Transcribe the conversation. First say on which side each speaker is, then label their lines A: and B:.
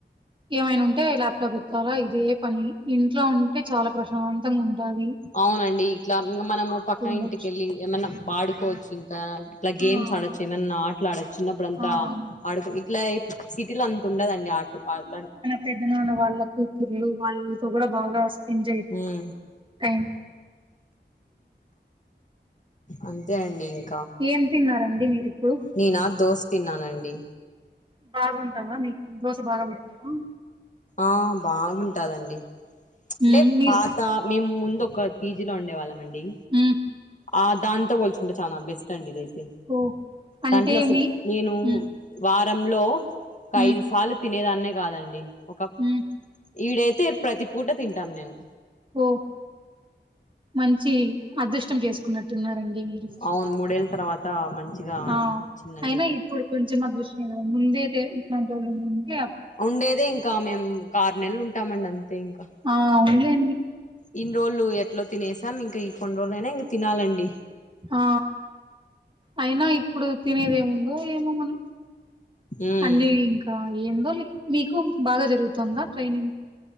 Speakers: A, on the right; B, on the left.
A: ఏమైన ఉంటే ల్యాప్టాప్ ఎత్తాలా ఇదే పని ఇంట్లో ఉంటే చాల ప్రశాంతంగా ఉంటాది
B: అవునండి ఇట్ల ఇంకా మనము పక్కన
A: ఉండొచ్చు
B: ఇంటికెళ్ళి ఏమైన్నా ఆడుకోవచ్చు ఇంక ఇట్లా
A: ఆ
B: గేమ్స్
A: అవును
B: ఆడొచ్చు ఏమైన్నా అలా ఆడచ్చ చిన్నప్పుడు అంతా
A: ఆ అవును
B: ఆడుకు ఇట్లా సిటీలో అంత ఉండదండి ఆటలు ఆలాడు
A: పెద్ద నాన్న వాళ్ళ కూతుర్లు వాళ్ళతో కూడా బాగా స్పెండ్ చేయొచ్చు
B: ఉమ్
A: టై టైం
B: అంతే అండి ఇంక
A: ఏం తిన్నారండి మీరు ఇప్పుడు
B: నేనా దోస్ తిన్నానండి
A: బాగుంటదా మీకు దోశ బాగా పెడతారా
B: ఆ బాగుంటాదండి అంటే
A: మ్మ్ మీరు
B: పా మేము ముందు ఒక పీజీలో ఉండేవాళ్ళం అండి
A: మ్మ్
B: ఆ దాంతో పోల్చుకుంటే చాలా బెస్ట్ అండి ఇదైతే
A: ఓ అంటే
B: దాంట్లో అసలు
A: మీ
B: నేను
A: మ్మ్
B: వారంలో ఒక
A: మ్మ్
B: ఐదు సార్లు తినేదాన్నే కాదండి ఒక
A: మ్మ్
B: ఈడ అయితే ప్రతి పూట తింటాను నేను
A: ఓ మంచి అదృష్టం చేసు న్నట్టున్నారండి మీరు
B: అవును మూడేళ్ళ తర్వాత మంచిగా
A: ఆ
B: వచ్చిందండి
A: అయినా ఇప్పుడు కొంచెం అదృష్ట్యం కదా ముందు అయితే ఇట్లాంటి వాళ్ళు ఏే
B: ఉండేదే ఇంక మేము ఆరు నెలలు ఉంటామండి అంతే ఇంకా
A: ఆ ఆవున్లే అండి
B: ఇన్ని రోజులు ఎట్లా తినేసాం ఇంకా ఈ కొన్ని రోజులైనా ఇంకా తినాలండి
A: ఆ అయినా ఇప్పుడు తినేదేముందో ఏమో మనం
B: ఉమ్
A: అన్నీ ఇంకా ఏందో లె మీకు బాగా జరుగుతుందా ట్రైనింగ్